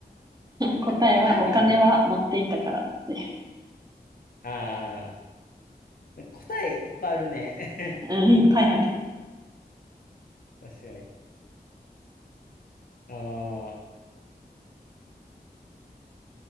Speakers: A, on the right; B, on the left.
A: 答えは、
B: 簡単やろ。
A: お金は持っていたからっていう。
B: ああ、答えいっぱいあるね。
A: うん、いっぱいある。
B: <laughs> 確かに。ああ、